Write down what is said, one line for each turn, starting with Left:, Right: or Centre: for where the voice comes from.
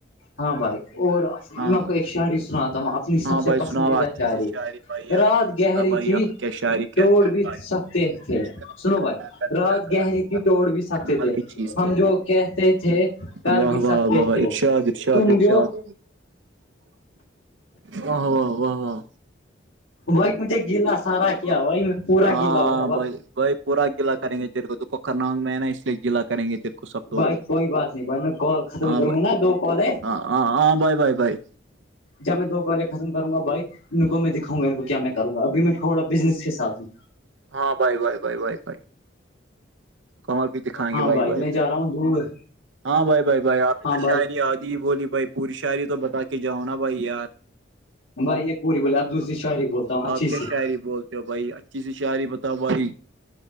Left: ہاں بھائی اور
Right: ہاں
Left: میں آپ
Right: بھائی
Left: کو ایک شاعری سناتا ہوں اپنی
Right: ہاں
Left: سب سے
Right: بھائی سناؤ
Left: پسندیدہ
Right: اچھی
Left: شاعری
Right: سی بھائی یار
Left: رات
Right: میں سنتا
Left: گہری
Right: بھائی
Left: تھی
Right: آپ کیا شاعری کہتے
Left: توڑ
Right: ہو
Left: بھی
Right: بھائی
Left: سکتے تھے
Right: کر
Left: سنو بھائی رات
Right: دیا کمال
Left: گہری تھی توڑ بھی سکتے تھے
Right: کی چیز تھے
Left: ہم جو کہتے تھے کر
Right: واہ
Left: بھی
Right: واہ
Left: سکتے
Right: واہ واہ
Left: تھے
Right: ارشاد ارشاد
Left: تم
Right: ارشاد
Left: جو
Right: واہ واہ واہ واہ
Left: وہی مجھے گیلا سارا کیا بھائی میں پورا
Right: ہاں
Left: گیلا ہو گیا
Right: بھائی بھائی پورا گیلا کریں گے جیر کو تو کوکر نانگ میں ہے نا اس لیے گیلا کریں گے تیر کو سب لوگ
Left: بھائی کوئی بات نہیں بھائی میں کال ختم
Right: ہاں
Left: کروں نا دو کال ہے
Right: ہاں بھائی بھائی بھائی
Left: جب میں دو کالے ختم کروں گا بھائی ان کو میں انکو کیا میں کروں گا اب میں تھوڑا بزنس کے ساتھ ہوں
Right: ہاں بھائی بھائی بھائی بھائی بھائی کمار بھی دیکھاے
Left: ہاں
Right: گے بائی
Left: بھائی
Right: بائی
Left: میں
Right: بائی
Left: جا رہا ہوں دور
Right: ہاں بھائی بھائی بھائی آپ نے
Left: ہاں
Right: تو
Left: بھائی
Right: شاعری آادھی بولی بھائی پوری شاعری تو بتا کے جاؤ نا بھائی یار
Left: بھائی یہ پوری بولے اب دوسری شاعری بولتا ہوں اچھی
Right: آپ کیا
Left: سی
Right: شاعری بولتے ہو بھائی اچھی سی شاعری بتاؤ بھائی